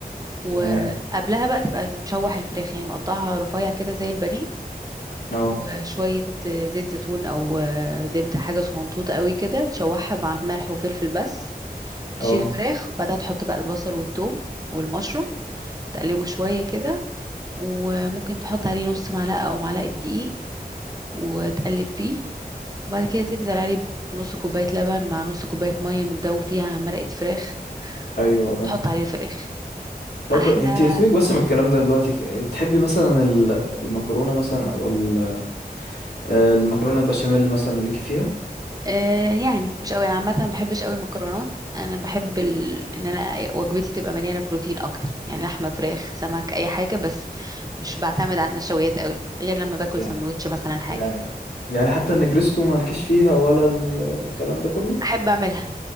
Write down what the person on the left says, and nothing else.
تمام
اه
اه
ايوه
اه
طب
انت سيبك بس من الكلام ده دلوقتي ك- تحبي مثلا ال- المكرونة مثلا او ال- آه، المكرونة البشاميل مثلا ليكي فيها
يعني
يعني يعني حتى النجريسكو مالكيش فيها ولا ال- الكلام ده كله